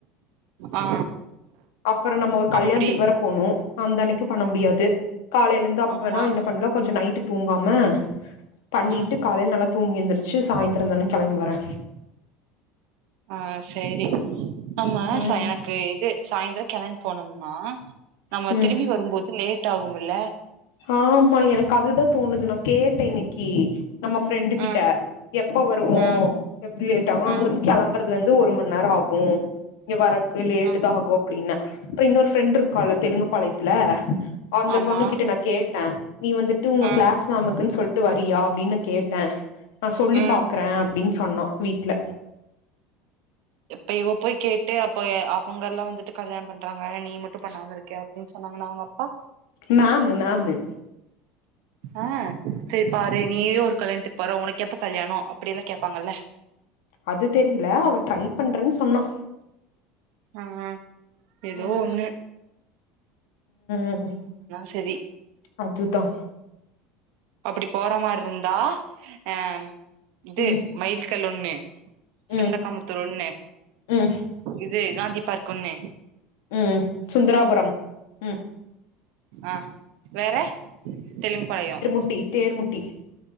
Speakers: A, on the right; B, on the left.
A: ஆ
B: அப்புற நம்ம ஒரு கல்யாணத்துக்கு
A: அப்டி
B: வேற போனும் ந்த அனிக்கு பண்ண முடியாது காலையலந்து அப்ப
A: ஆமா
B: வேணா என்ன பண்ணலா கொஞ்ச நைட்டு தூங்காம பண்ணிட்டு
A: ஆ
B: காலைல நல்லா தூங்கி எந்திருச்சு சாய்ந்தர தான கெளம்பி வரே
A: ஆ சேரி ஆமா
B: ம்
A: சா எனக்கு இது சாயந்தரம் கெளம் போனம்னா நம்ம
B: ம்
A: திரும்பி வரும்போது லேட் ட்ட ஆகும்ல்ல
B: ஆமா எனக்கு அதுதா தோணுது நா கேட்டே இன்னிக்கு நம்ம ஃப்ரெண்டு கிட்ட
A: ஆ
B: எப்ப வருவோம்
A: ஆ
B: எப்டி லேட் ஆகும் அங்க
A: ஆ
B: கிளம்பற ல இருந்து ஒரு மணி நேர ஆகு இங்க வர லேட்டு
A: ஆ
B: தா ஆகு அப்டிநெ அப்ற இன்னொரு ஃப்ரெண்ட் இருக்கால தெலுங்கு பாளையத்ல அந்த
A: ஆமா
B: பொண்ணு கிட்ட ந ட்டா <unintelligible> நீ வந்துட்டு உங்க
A: ஆ
B: கிளாஸ் மேமுக்குனு சொல் ட் வரியா அப்டினு கேட்டே நா சொல்லி
A: ம்
B: பாக்குறே அப்டின் சொன்னோ வீட்ல
A: இப்ப இவ போய் கேட்டு ய் அவுங்க எல்லா வந்துட்டு கல்யாண பண்றாங்க நீ மட்டு பண்ணாம இருக்கே அப்டினு சொன்னாங்கனா அவுங்க அப்பா
B: மேமு மேமு
A: ஆ சரி பாரு நீயே ஒரு கல்யாணத்துக்கு போற உனக்கு எப்ப கல்யாண அப்டினு கேப்பாங்கல
B: அது தெரியல அவ ட்ரை பண்றேனு சொன்னா
A: ஆ ஏதோ
B: ம்
A: ஒன்னு
B: ம்
A: சரி
B: அதுதா
A: அப்டி போற மாரி இருந்தா அ இது
B: ம்
A: மயில் செலே <unintelligible> சுண்டகாமத்தூர்
B: ம்
A: ஒன்னே
B: ம்
A: இது காந்தி பார்க் ஒன்னு
B: ம் சுந்தராபுரம் உம்
A: அ வேற தெலுங்குபாளையொ
B: முட்டி தேர்முட்டி